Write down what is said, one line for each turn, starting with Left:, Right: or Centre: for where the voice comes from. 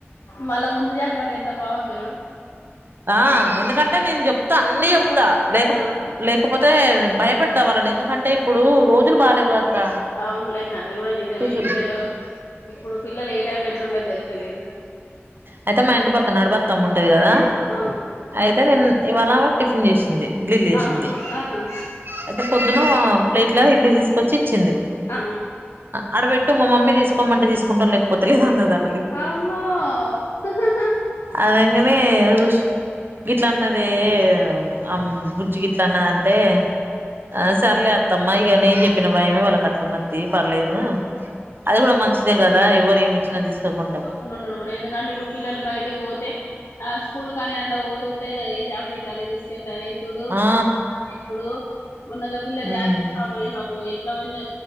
Left: మళ్ళా ముందు జాగ్రత్త ఎంత బాగుంది చూడు.
Right: ఆ ఎందుకంటే నేను చెప్తా అన్ని చెప్తా
Left: నువ్వు
Right: లేక
Left: ఆ
Right: లేకపోతే భయపడతా వాళ్ళని ఎందుకంటే? ఇప్పుడు రోజులు బాలేేవు గదాక్కా
Left: అవునులే అది కూడా నిజమే
Right: పిల్ల
Left: పిల్లలు ఇప్పుడు పిల్లలు ఏ టైం లో ఎట్లుండేది తెలుత్తాలేదు.
Right: అయితే మా ఇంటి పక్కన నడిపి అత్తమ్మ ఉండేది కదా
Left: ఆ
Right: అయితే ఇవాళ టిఫిన్ చేసింది ఇడ్లీలు చేసింది.
Left: ఆహా ఆహా
Right: అయితే పొద్దున ప్లేట్ లో ఇడ్లీ తీసుకొచ్చి ఇచ్చింది.
Left: ఆ
Right: ఆడ పెట్టు మా మమ్మీ తీసుకోమంటే తీసుకుంటాం లేకపోతే లేదు అన్నారంట.
Left: అమ్మో హు హు
Right: అనగానే ఎదురుచూసింది. గిట్ల అన్నదే అ బుజ్జి గిట్ల అన్నదంటే ఆ సర్లే అత్తమ్మా ఇక నేను చెప్పిన భయమే వాళ్ళకట్లున్నది పర్లేదు. అది కూడా మంచిదే కదా ఎవ్వరు ఏమి ఇచ్చినా తీసుకోకుండా.
Left: ఉండు కూడా ఎందుకంటే ఇప్పుడు పిల్లలు బయటకి పోతే. ఆ స్కూల్ కాని అట్లా పోతుంటే చాక్లెట్ అని తెల్లారి చూడు
Right: ఆ
Left: ఇప్పుడు మొన్నగా పిల్ల
Right: ఉమ్
Left: జాన్వి అనే పాప ఎట్లా పోయిందో.